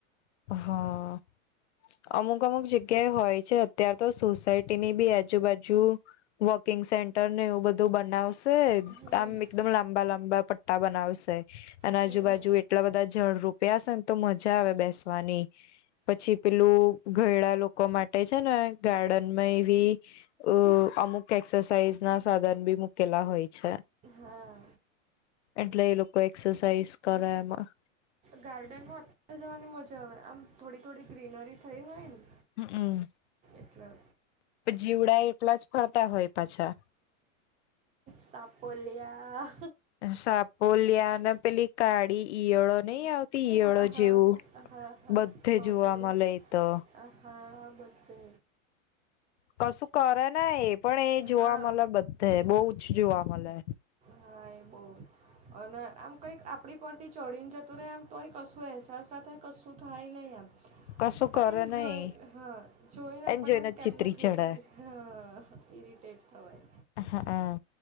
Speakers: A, on the left; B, on the right.
A: હા અમુક અમુક જગ્યાએ હોય છે અત્યાર તો સોસાયટીની બી આજુબાજુ વોકિંગ સેન્ટર ને એવું બધું બનાવશે.
B: એવું
A: આમ
B: બધું
A: એકદમ લાંબા લાંબા પટ્ટા બનાવશે અને
B: બનાવશે
A: આજુબાજુ
B: ગાર્ડન
A: એટલા બધા જડ રપિયાસે ને તો મજા આવે બેસવાની પછી પેલું ઘયડા લોકો માટે છે ને ગાર્ડનમાં એવી અ અમુક એક્સરસાઇઝ ના સાધન બી મુૂકેલા હોય છે.
B: હા
A: એટલે એ લોકો એક્સરસાાઈઝ કરે એમાં
B: ગાર્ડનમાં અત્યારે જવાની મજા આવે આમ થોડી થોડી ગ્રીનરી થઈ હોય ને
A: હમ
B: એટલે
A: જીવડા એટલા જ ફરતા હોય પાછા
B: સાપોલિયા
A: સાપોલ્યાને પેલી કાળી ઈયળો નહી આવતી ઈયળો
B: હા હા
A: જેવું
B: હા
A: બધે
B: કોલેડીઓ
A: જોવા મલે ઈતો
B: હા હા બઘે
A: કશું કરે નઈ એ પણ એ જોવા
B: હા
A: મળે બધે બહુ જ જોવા મળે.
B: હા એ બહુ અને આમ કંઈક આપણી પરથી ચઢીન જતું ર રહે આમ તોય કશું અહેસાસ થતા કશું થાય નહીં આમ
A: કશું
B: પણ
A: કરે
B: એમ
A: નઈ
B: જોઈ હા જોઈને આપણને
A: એને
B: એમ
A: જ
B: કેમનું
A: ચીતરી
B: થઈ
A: ચડે
B: જતી હા ઇરિટેટ થવાય
A: હા હા